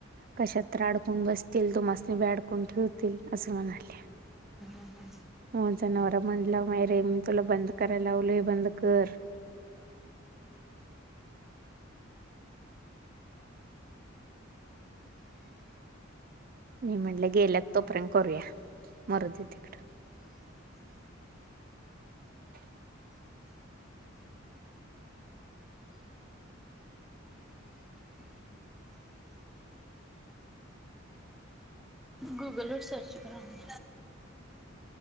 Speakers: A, on the right; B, in the centre.
A: कशात तर आडकून बसतील तू मासणी बाय बी आडकून ठेवतील असं म्हणाले.
B: हम ह.
A: माझं नवरा म्हणलं बाहेर ये तुला बंद करायला लावलोय बंद कर. मी म्हणले गेल्यात तोपर्यंत करूया मरुदे तिकड. <inaudible>
B: गूगलवर सर्च करन.